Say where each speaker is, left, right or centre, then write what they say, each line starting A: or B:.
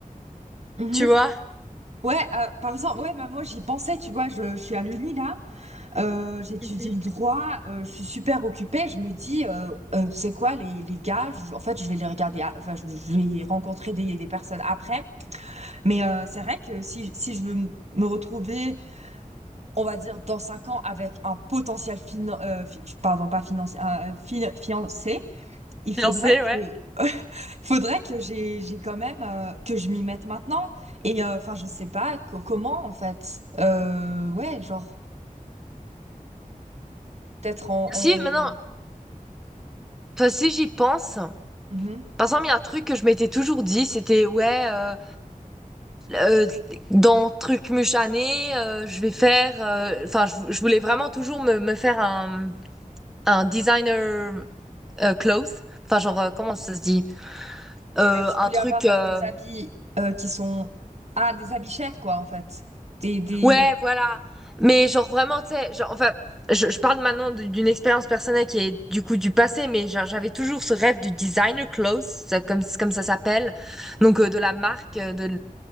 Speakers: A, on the right; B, in the centre.
A: Mmh
B: tu vois.
A: Ouais, heu, par exemple, ouais, bah, moi, j'y pensais, tu vois? Je je suis à l'Uni, là, heu, j'étudie
B: <laughs>
A: le droit, heu, je suis super occupée. Je me dis, heu heu: «Tu sais quoi? Les les gars, je en fait, je vais les regarder a enfin, je je vais rencontrer des des personnes après». Mais heu, c'est vrai que si si je veux m me retrouver, on va dire, dans 5 ans avec un potentiel finan heu, fi pardon, pas financier, un, heu, fi fiancé, il faudrait
B: J'en ouais.
A: que <laughs> Faudrait que j'ai j'ai quand même euh, que je m'y mette maintenant et euh, enfin je sais pas co- comment en fait euh, ouais genre peut-être en,
B: Si,
A: en-
B: maintenant, toi, si j'y pense,
A: Mhm.
B: par exemple, il y a un truc que je m'étais toujours dit, c'était, ouais, euh, euh, dans truc muchané, euh, je vais faire, euh, enfin, je, je voulais vraiment toujours me, me faire un, un designer euh, clothes. Enfin, genre, euh, comment ça se dit? Euh,
A: Ah, tu
B: un
A: voulais
B: truc.
A: avoir
B: euh,
A: euh, des habits euh, qui sont ah des habits chers quoi en fait des des,
B: Ouais, voilà. Mais genre, vraiment, tu sais, genre, enfin, je, je parle maintenant d- d'une expérience personnelle qui est du coup du passé, mais genre, j'avais toujours ce rêve du designer clothes, ça- comme, comme ça s'appelle. Donc, euh, de la marque, euh, de,